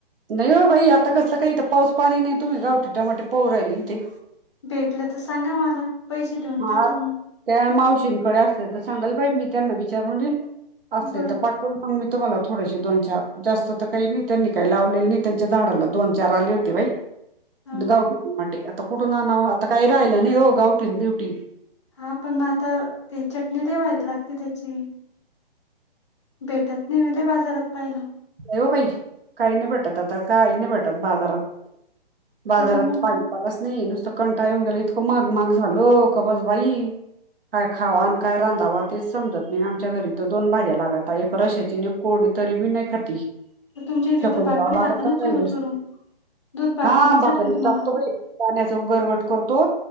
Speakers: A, on the right; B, on the left.
A: नाही हो बाई, आता कसलं काही इथं पाऊस पाणी नाही तुम्ही गावठीच्या वाटे पाहू राहिली इथे.
B: भेटलं तर सांगा मला पैसे देऊन
A: हा
B: टाकाल मी.
A: त्या मावशींकडे असले तर सांगाल मी त्यांना विचारून असले
B: बरं.
A: तर पा पण मग मी तुम्हाला थोडेसे दोन, चार जास्त तर काही नाही त्यांनी काही लावलेले नाही त्यांच्या झाडाला दोन, चार आले होत बाई
B: हां.
A: गावठी आता कुठून आना आता काही राहिलं हो गावठी बिवठी टी
B: हा पण मग आता, ते चटणी लयभारी लागते त्याची. भेटत नाही मी लय बाजारात पाहिलं.
A: नाही हो बाई काही नाही भेटत आता, काही नाही भेटत बाजारात, बाजारात
B: त्याच्यामुळे
A: पाई मलाच नाही नुसतं कंटा येऊन गेला इतकं माग, माग झाल का बस बाई. काय खावा आणि काय रांधावा तेच समजत नाही आमच्या घरी तर दोन भाज्या लागत एक रशाची, एक कोरडी. तरी बी नाही खाती.
B: तुमच्या इथे
A: फेकून
B: तर भाकरी
A: द्यावा लागत
B: खाता ना
A: तर
B: चुरू
A: काही गोष्टी
B: चुरू. दूध
A: हा
B: बी
A: भाकरी
B: चालते तुम्हाला.
A: टाकतो बाई. जाण्याचा गरवट करतो.